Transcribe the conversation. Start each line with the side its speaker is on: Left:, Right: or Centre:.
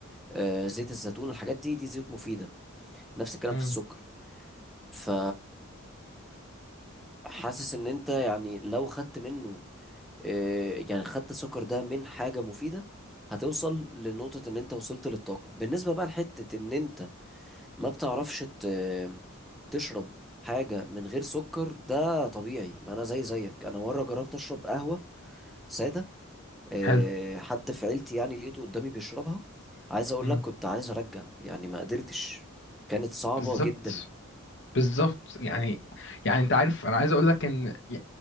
Centre: آه، زيت الزيتون الحاجات دي دي زيوت مفيدة نفس الكلام
Left: مم.
Centre: في السكر ف حاسس ان انت يعني لو خدت منه آه، يعني خدت السكر ده من حاجة مفيدة هتوصل لنقطة ان انت وصلت للطاقة بالنسبة بقى لحتة ان انت ما بتعرفش ت- تشرب حاجة من غير سكر ده طبيعي ما انا زي زيك انا مرة جربت اشرب قهوة سادة آه،
Left: حلو
Centre: حد في عيلتي يعني لقيته قدامي بيشربها عايز اقول
Left: مم.
Centre: لك كنت عايز ارجع يعني ما قدرتش كانت صعبة
Left: بالظبط
Centre: جدا
Left: بالظبط يعني يعني انت عارف انا عايز اقول لك ان يا